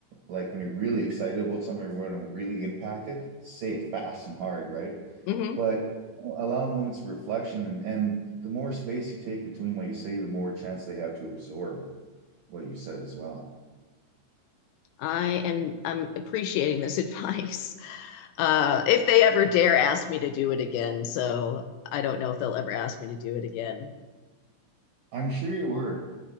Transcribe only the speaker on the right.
like when you're really excited about something, you want to really impact it, say it fast and hard, right?
But allow moments of reflection and and the more space you take between what you say, the more chance they have to absorb what you said as well.
I'm sure you were.